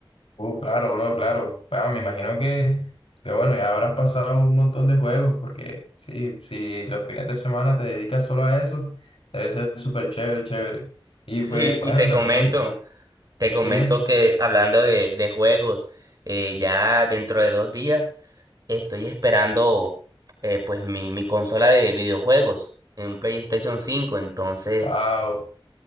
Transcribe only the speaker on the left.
Uh, claro, bro, claro. Bueno, me imagino que, que bueno, ya habrás pasado un montón de juegos porque sí, si los fines de semana te dedicas solo a eso, debe ser súper chévere, chévere. Y
pues bueno,
también,
dime,
wow.